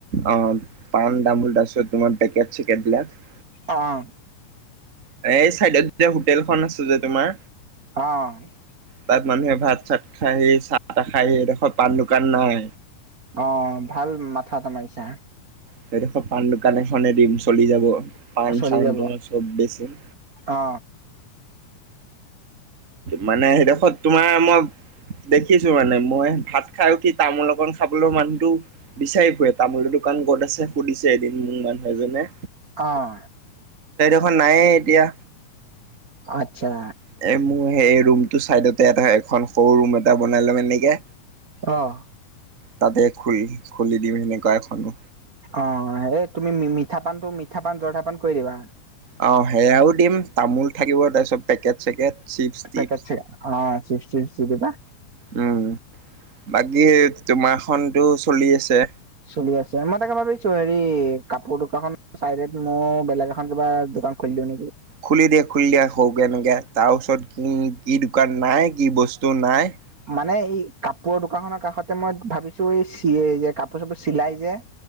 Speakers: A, on the right; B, on the right.
A: অ' পাণ তামোল তাৰ পাছত তোমাৰ পেকেট চিকেটবিলাক।
B: অ'।
A: এই চাইডত যে হোটেলখন আছে যে তোমাৰ।
B: অ'।
A: তাত মানুহে ভাত চাত খাই চাহ তাহ খাইহি এডোখৰত পাণ দোকান নাই।
B: অ', ভাল মাথা এটা মাৰিছো।
A: সেইদোখৰত পান দোকান এখনেই দিম চলি যাব। পান
B: চলি
A: চান
B: যাব
A: তোমাৰ চব বেছিম।
B: অ
A: মানে সেইডোখৰত তোমাৰ মই দেখিছো মানে মই ভাত খাই উঠি তামোল অকন খাবলৈ মানুহটো বিচাৰি ফুৰে। তামোলটো দোকান ক'ত আছে সুধিছে এদিন মোৰ মানুহ এজনে।
B: অহ।
A: দোকান নায়ে এতিয়া।
B: আচ্ছা।
A: এ মোৰ সেই ৰুমটো চাইডতে এটা এখন সৰু ৰুম এটা বনাই লম এনেকে।
B: অহ।
A: তাতে খুলি খুলি দিম এনেকুৱা এখনো।
B: অ', এই তুমি মি-মিঠা পানটো মিঠা পান জৰ্দা পান কৰি দিবা।
A: অ', সেয়াও দিম তামোল থাকিব তাৰপিছত পেকেট চেকেট চিপ
B: পেকেট
A: টিপচ,
B: অ চিপছ টিপছ দি দিবা
A: উম। বাকী তোমাৰখনতো চলি আছে?
B: চলি আছে। মই তাকে ভাবিছো হেৰি কাপোৰ দোকানখন চাইড মোৰ বেলেগ এখন কিবা দোকান খুলি দিওঁ নেকি?
A: খুলি দিয়া খুলি দিয়া সৰুকে এনেকে তাৰ ওচৰত কি দোকান নাই। কি বস্তু নাই।
B: মানে এই কাপোৰৰ দোকানখনৰ কাষতে মই ভাবিছো এই এই-চি যে কাপোৰ চাপোৰ চিলাই যে।